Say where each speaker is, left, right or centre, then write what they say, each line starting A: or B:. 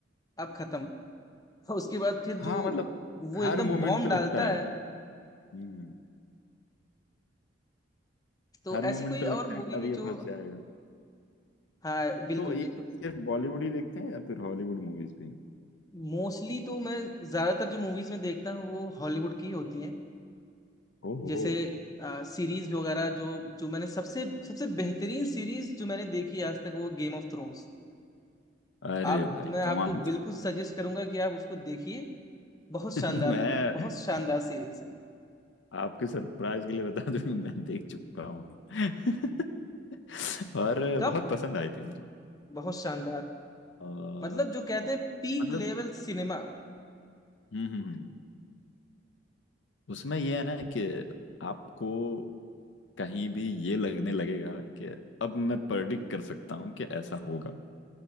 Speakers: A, on the left; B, on the left.
A: अब खत्म और उसके बाद फिर
B: हाँ
A: जो
B: मतलब
A: वो
B: हर
A: एकदम
B: मोमेंट
A: बॉम्ब
B: पे लगता
A: डालता
B: है
A: है
B: हम्म
A: तो
B: हर
A: ऐसी
B: मोमेंट
A: कोई
B: पे लगता
A: और मूवी
B: है कि अब
A: है
B: ये
A: जो
B: फंस जाएगा
A: हाँ बिल्कुल
B: तो ये
A: बिल्कुल
B: सिर्फ बॉलीवुड ही देखते हैं या फिर हॉलीवुड मूवीज भी
A: मोस्टली तो मैं ज्यादातर जो मूवीज में देखता हूँ वो हॉलीवुड की होती हैं
B: ओहो
A: जैसे सीरीज वगैरह जो जो मैंने सबसे सबसे बेहतरीन सीरीज जो मैंने देखी आज तक वो गेम ऑफ थ्रोन्स
B: अरे
A: आप
B: भाई
A: मैं
B: कमाल
A: आपको
B: <laughs>
A: बिल्कुल सजेस्ट करूंगा कि आप उसको देखिए बहुत शानदार
B: मैं
A: मूवी बहुत शानदार सीरीज है
B: आपके सरप्राइज के लिए बता दूं मैं देख चुका हूँ <laughs> और
A: कब
B: बहुत पसंद आई थी मुझे
A: बहुत शानदार
B: और
A: मतलब जो कहते हैं पीक
B: मतलब
A: लेवल सिनेमा
B: हम्म हम्म, हम्म। उसमें ये है ना कि आपको कहीं भी ये लगने लगेगा कि अब मैं प्रेडिक्ट कर सकता हूँ कि ऐसा होगा